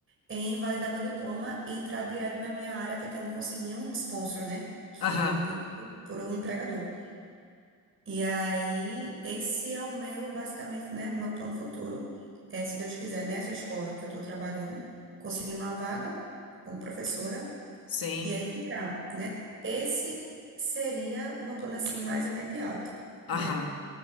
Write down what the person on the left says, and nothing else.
aham,
sim,
aham,